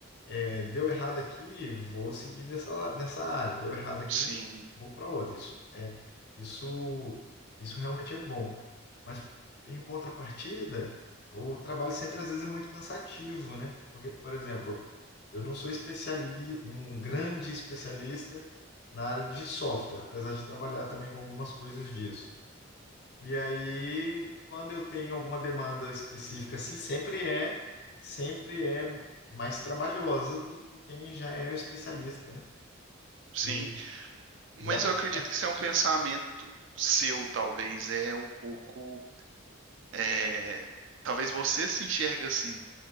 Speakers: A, on the left; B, on the right.
A: é, deu errado aqui, vou seguir nessa, la- nessa área, deu errado aqui,
B: Sim,
A: vou para outra. Isso é isso isso realmente é bom. Mas em contrapartida, o trabalho sempre às vezes é muito cansativo, né? Porque, por exemplo, eu não sou especiali um grande especialista na área de software, apesar de trabalhar também com algumas coisas disso. E aí, quando eu tenho alguma demanda específica, assim, sempre é, sempre é mais trabalhosa do que quem já é o especialista, né?
B: sim.
A: E
B: Mas
A: igual
B: eu
A: pra
B: acredito
A: mim,
B: que isso é um pensamento seu, talvez. É um pouco. é, talvez você se enxerga assim.